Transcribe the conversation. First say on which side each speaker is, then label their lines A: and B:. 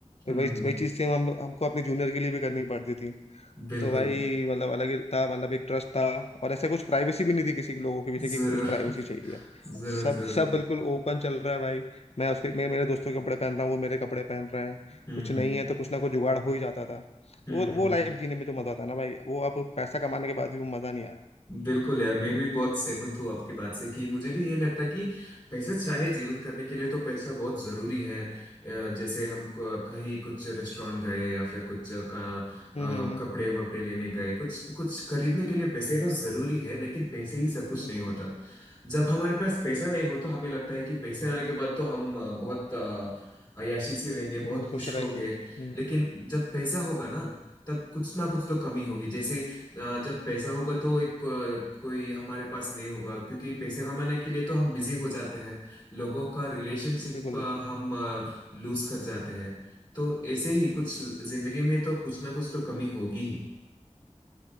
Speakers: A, on the left; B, on the left.
A: हम्म,
B: तो वही वही चीज़ सेम हम हमको अपने जूनियर के लिए भी करनी पड़ती थी
A: बिल्कुल
B: तो भाई मतलब अलग ही था मतलब एक ट्रस्ट था और ऐसा कुछ प्राइवेसी भी नहीं थी किसी के लोगों के पीछे की
A: जरूर
B: कुछ प्राइवेसी
A: <laughs>
B: चाहिए
A: जरूर
B: सब
A: जरूर
B: सब बिल्कुल ओपन चल रहा है भाई मैं उसके मैं मेरे दोस्तों के कपड़े पहन रहा हूँ वो मेरे कपड़े पहन रहे हैं
A: हम्म
B: कुछ नहीं
A: हम्म
B: है तो कुछ ना कुछ जुगाड़ हो ही जाता था
A: हम्म
B: तो वो
A: हम्म
B: वो लाइफ
A: हम्म।
B: जीने में जो मजा आता है ना भाई वो अब पैसा कमाने के बाद भी वो मजा नहीं आया
A: बिल्कुल यार मैं भी बहुत सहमत हूँ आपकी बात से कि मुझे भी ये लगता है कि पैसे चाहे जीवन करने के लिए तो पैसा बहुत जरूरी है अ, जैसे हम क- कहीं कुछ रेस्टोरेंट गए या फिर कुछ का अ,
B: हम्म हम्म,
A: कपड़े वपड़े लेने गए कुछ कुछ खरीदने के लिए पैसे तो जरूरी है लेकिन पैसे ही सब कुछ
B: बिल्कुल
A: नहीं होता जब हमारे पास पैसा नहीं हो तो हमें लगता है कि पैसे आने के बाद तो हम अ, बहुत अ, अय्याशी से रहेंगे बहुत
B: हम
A: खुश
B: खुश रहेंगे
A: होंगे
B: हम्म
A: लेकिन जब पैसा होगा ना तब कुछ ना कुछ तो कमी होगी जैसे अ, जब पैसा होगा तो एक अ, कोई हमारे पास नहीं होगा क्योंकि पैसे कमाने के लिए तो हम बिजी हो जाते हैं लोगों का रिलेशनशिप
B: बिल्कुल बिल्कुल
A: हम लूज कर जाते हैं तो ऐसे ही कुछ जिंदगी में तो कुछ ना कुछ तो कमी होगी ही